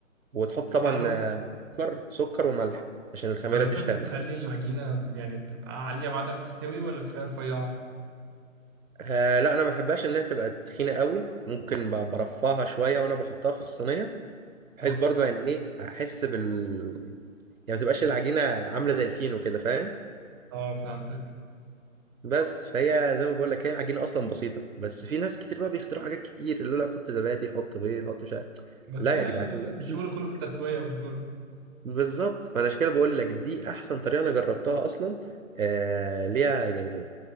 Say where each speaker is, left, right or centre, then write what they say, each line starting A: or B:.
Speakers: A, on the right (about 80°); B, on the right (about 15°).
A: وتحط طبعا
B: حلو
A: آه، سكر سكر وملح عشان الخميره
B: طب انت
A: تشتغل
B: بتخلي العجينه يعني بتبقى عاليه بعدها بتستوي ولا تخليها رفيعه
A: آه لا انا ما بحبهاش انها تبقى تخينه قوي ممكن ب- برفعها شويه وانا بحطها في الصينيه بحيث
B: اه
A: برضو يعني ايه احس بال يعني ما تبقاش العجينه عامله زي الفينو كده فاهم
B: اه فهمتك
A: بس فهي زي ما بقول لك هي العجينه اصلا بسيطه بس في ناس كتير بقى بيخترعوا حاجات كتير اللي يقول لك حط زبادي حط بيض حط مش عارف
B: بس
A: لا
B: هي
A: يا جدعان
B: الشغل
A: لا
B: كله في
A: <laughs>
B: التسويه وفي الفرن
A: بالظبط فانا عشان كده بقول لك دي احسن طريقه انا جربتها اصلا آه ليها يعني